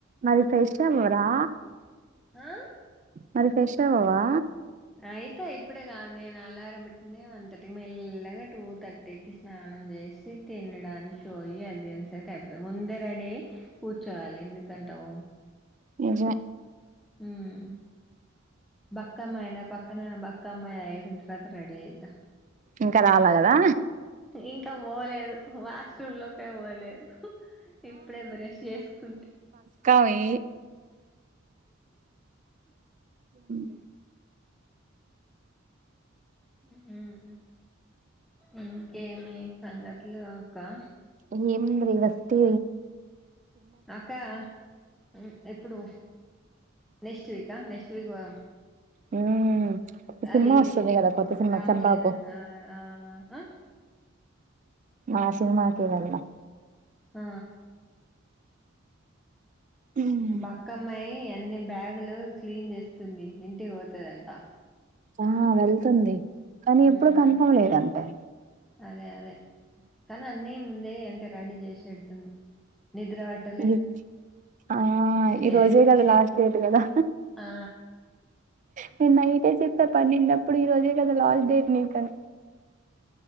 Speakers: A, on the right (about 35°); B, in the centre.
A: మరి ఫెష్ అవ్వరా
B: ఆ
A: మరి ఫెష్ అవ్వవా
B: అయిత ఇప్పుడే కాదు నేను అలారం బెట్టిందే వన్ థర్టీకి మెల్లగా టూ థర్టీకి స్ స్నానం చేసి తినడానికి పోయి అదేన్సరికి అయిపోతది ముందే రడీ అయి కూర్చోవాలి ఎందుకంటవు
A: నిజమే
B: ఉమ్ బక్కమ్మాయి నా పక్కన బక్ కమ్మాయ్ అయిపోయిన తరవాత రెడీ అయితా
A: ఇంకా రాలా కదా
B: ఇంకా పోలేదు వాష్రూమ్ లోకే పోలేదు ఇప్పుడే బ్రష్ చేసుకుంది
A: కావి ఉమ్
B: ఉమ్ ఇంకేమి సంగతులు అక్కా
A: <unintelligible> వస్తే
B: అక్కా ఉ ఎప్పుడు నెక్స్ట్ వీకా నెక్స్ట్ వీక్ పోదాం
A: ఉమ్ కొత్త సినిమా
B: అది
A: వస్తుంది కదా కొత్త సినిమా
B: రామ్
A: చంబాకు
B: చరణ్ ఆ ఆ ఆ
A: ఆ సినిమాకి వెళ్దామ్
B: ఆ
A: ఉమ్
B: బక్కమ్మయి అన్ని బ్యాగులు క్లీన్ చేస్తుంది ఇంటికి పోతదంట
A: ఆ వెళ్తుంది కానీ
B: ఉమ్
A: ఎప్పుడు కన్ఫమ్
B: అ-
A: లేదంటే
B: అదే అదే కానీ అన్నీ ముందే అంటే రడీ చేసిపెడుతుంది నిద్ర వట్
A: ఈ ఆ
B: డే
A: ఈరోజే
B: అది
A: కదా లాస్ట్ డేట్ కదా
B: ఆ
A: నేను నైటే చెప్పా పన్నిండప్పుడు ఈ రోజే కదా లాస్ట్ డేట్ నీకు అని